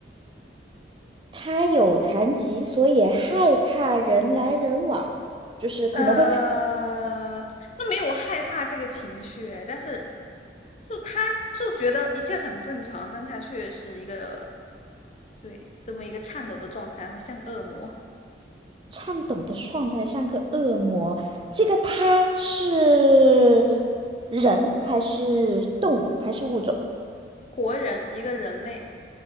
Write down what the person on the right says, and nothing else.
他有残疾，所以害怕人来人往，就是可能会在
颤抖的状态，像个恶魔。这个他是人还是动物还是物种？